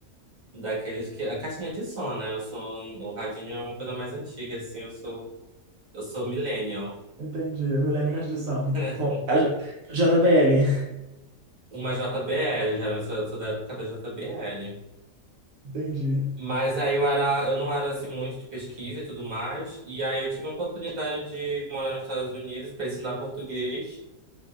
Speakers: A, on the right (about 30°); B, on the right (about 75°).
A: daqueles que a caixinha de som, né? Eu sou um, o radinho é uma coisa mais antiga assim, eu sou eu sou millennial.
B: Entendi. Milênio Constituição.
A: <laughs>
B: Bom, a J- JBL.
A: Uma JBL, já eu sou, eu sou da época da JBL.
B: Entendi.
A: Mas aí eu era, eu não era assim muito de pesquisa e tudo mais. E aí eu tive a oportunidade de morar nos Estados Unidos para ensinar português.